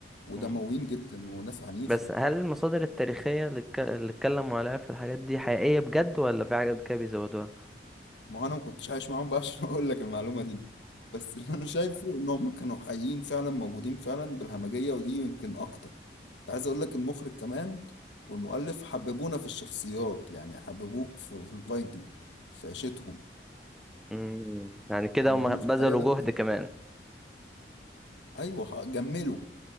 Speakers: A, on the left; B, in the centre.
A: ودمويين
B: مم.
A: جدا وناس عنيفة
B: بس هل المصادر التاريخية اللي اتك- اللي اتكلموا عليها في الحاجات دي حقيقية بجد ولا في حاجات كده بيزودوها؟
A: ما هو انا ما كنتش عايش معاهم بقى <laughs> عشان اقول لك المعلومه دي بس اللي انا شايفه ان هم كانوا حقيقيين فعلا موجودين فعلا بالهمجيه ودي يمكن اكتر كنت عايز اقول لك المخرج كمان والمؤلف حببونا في الشخصيات يعني حببوك في, في الفايكنج في عيشتهم
B: مم. يعني كده
A: اما
B: هم
A: هم
B: بذلوا
A: في الحقيقه لا
B: جهد كمان
A: ايوه ح- جملوا